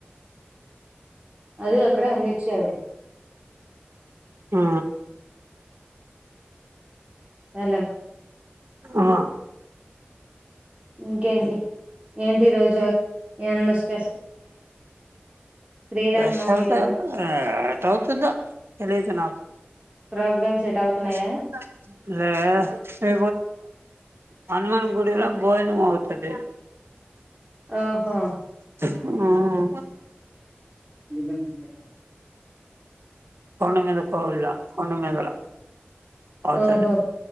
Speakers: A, on the right (about 30°); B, on the right (about 80°).
A: అది అక్కడ ఆయన ఇచ్చాడు.
B: ఆ
A: ఎలాం.
B: ఆ.
A: ఇంకేంటి ఏంది ఈరోజు ఏమన్నా స్పీ. శ్రీరామనవమి
B: ప్రజెంట్
A: కదా
B: ఎట్ అవుతుందో తెలియదు నాకు
A: ప్రోగ్రామ్స్ సెట్ అవుతున్నాయా
B: <inaudible> హనుమాన్ గుడిలో భోజనం అవుతది.
A: ఓహో.
B: ఆ.
A: గిన్నెలు చూపెడతాం.
B: కొండ మీద పోవల్లా కొండ మీదల్ల అవుతది
A: ఓహో